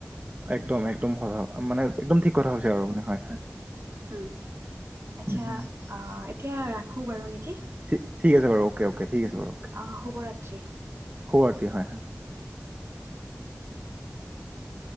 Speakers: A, on the right; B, on the right.
A: একদম একদম হয় ভাব মানে একদম ঠিক কথা হৈছে আৰু আপুনি হয় হয়
B: উ আচ্ছা
A: উম,
B: এতিয়া ৰাখো বাৰু নেকি?
A: ঠিক ঠিক আছে বাৰু অকে অকে‌ ঠিক আছে বাৰু অ'কে
B: আহ শুভৰাত্ৰি।
A: শুভ ৰাত্ৰি হয় হয় <unintelligible>